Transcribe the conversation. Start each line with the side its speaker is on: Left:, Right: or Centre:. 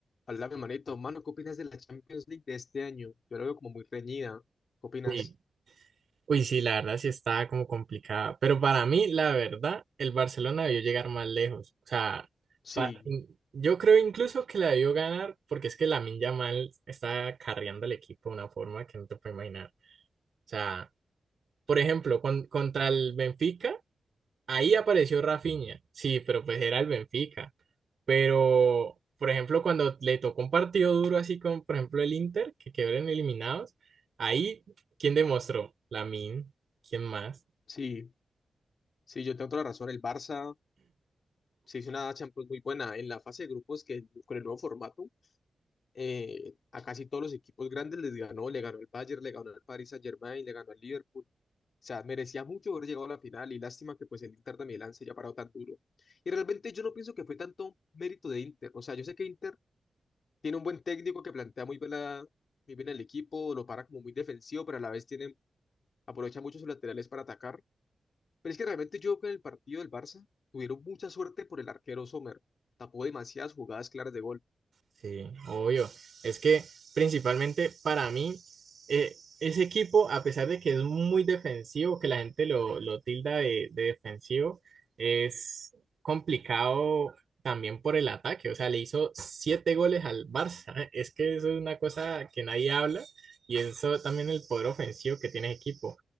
Left: Hola, mi manito. Mano, ¿qué opinas de la Champions League de este año? Yo la veo como muy reñida. ¿Qué opinas?
Right: Uy, uy, sí, la verdad sí está como complicada. Pero para mí, la verdad, el Barcelona debió llegar más lejos. O sea, pa-
Left: Sí,
Right: yo creo incluso que la debió ganar porque es que Lamine Yamal está carreando al equipo de una forma que no te puedo imaginar. O sea, por ejemplo, con- contra el Benfica. Ahí apareció Rafinha, sí, pero pues era el Benfica. Pero, por ejemplo, cuando le tocó un partido duro así con, por ejemplo, el Inter, que quedaron eliminados, ahí, ¿quién demostró? min, ¿quién más?
Left: sí, sí, yo tengo toda la razón. El Barça se hizo una Champions muy buena en la fase de grupos que con el nuevo formato eh, a casi todos los equipos grandes les ganó. Le ganó al Bayern, le ganó al Paris Saint-Germain, le ganó al Liverpool. O sea, merecía mucho haber llegado a la final y lástima que pues el Inter de Milán se haya parado tan duro. Y realmente yo no pienso que fue tanto mérito de Inter. O sea, yo sé que Inter tiene un buen técnico que plantea muy bien, la- muy bien el equipo, lo para como muy defensivo, pero a la vez tiene, aprovecha mucho sus laterales para atacar. Pero es que realmente yo creo que en el partido del Barça tuvieron mucha suerte por el arquero Sommer. Tapó demasiadas jugadas claras de gol.
Right: Sí, obvio. Es que principalmente para mí, eh, ese equipo, a pesar de que es muy defensivo, que la gente lo, lo tilda de, de defensivo, es complicado también por el ataque. O sea, le hizo siete goles al Barça. <laughs> Es que eso es una cosa que nadie habla y eso también el poder ofensivo que tiene el equipo.